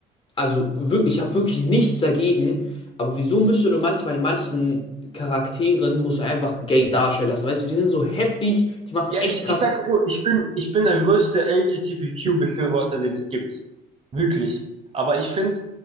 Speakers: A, on the left; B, on the right.
A: also wir- ich habe wirklich nichts dagegen, aber wieso müsste du manchmal in manchen Charakteren, musst du einfach gay darstellen lassen, weißt du, die sind so heftig, die machen
B: Ja,
A: echt
B: ich,
A: krass.
B: ich sag dir so, ich bin, ich bin der größte LGBTQ-Befürworter, den es gibt. Wirklich. Aber ich finde,